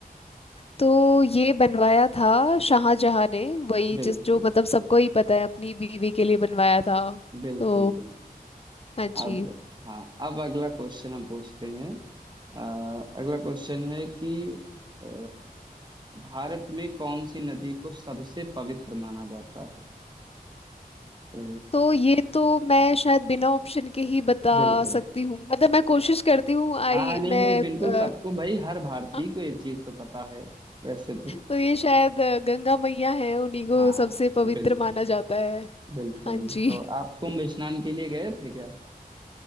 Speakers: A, on the left; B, on the right.
A: तो ये बनवाया था शाहजहां ने वही
B: बिल्कुल
A: जिस जो मतलब सबको ही पता है अपनी बीवी के लिए बनवाया था
B: बिल्कुल
A: तो
B: बिल्कुल
A: हाँ
B: अब
A: जी
B: हाँ अब अगला क्वेश्चन हम पूछते हैं अ, अगला क्वेश्चन है कि अ, भारत में कौन सी नदी को सबसे पवित्र माना जाता है तो
A: तो ये तो मैं शायद बिना ऑप्शन के ही बता
B: बिल्कुल
A: सकती हूँ मतलब मैं कोशिश करती हूँ आई
B: हाँ नहीं
A: मैं
B: नहीं बिल्कुल
A: अ,
B: सबको भाई हर भारतीय
A: <laughs>
B: को ये चीज तो पता है वैसे तो
A: तो ये शायद अ, गंगा मैया है उन्हीं को
B: हाँ
A: सबसे पवित्र
B: बिल्कुल
A: माना जाता है
B: बिल्कुल
A: हाँ जी
B: तो आप कुंभ स्नान के लिए गए थे क्या